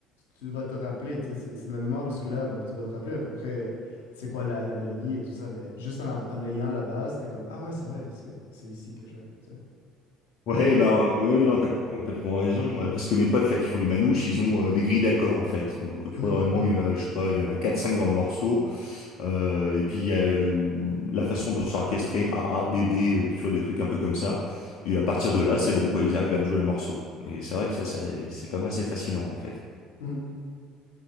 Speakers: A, on the left (about 70°); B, on the left (about 60°).
A: tu- vas te rappeler, tu sais, c'est c'est de la mémoire musculaire, donc tu vas te rappeler à peu près c'est quoi la, la mélodie et tout ça, mais juste en, av- en ayant la base, t'es comme, ah ouais, c'est vrai, c'est c'est ici que je vais, tu sais.
B: Ouais, bah euh, ouais, non, t'as complètement raison. euh, Parce que mes potes là qui font du manouche, ils ont euh, des grilles d'accords en fait. Donc tu
A: Mhm.
B: vois, réellement, il y en a, je sais pas, il y en a quatre cinq dans le morceau. Euh, et puis il y a l- la façon de s'orchestrer AA, B B, euh, tu vois, des trucs un peu comme ça. Et à partir de là, c'est bon, quoi, ils arrivent à te jouer le morceau. Et c'est vrai que ça, ça- c'est quand même assez fascinant, en fait.
A: Mhm.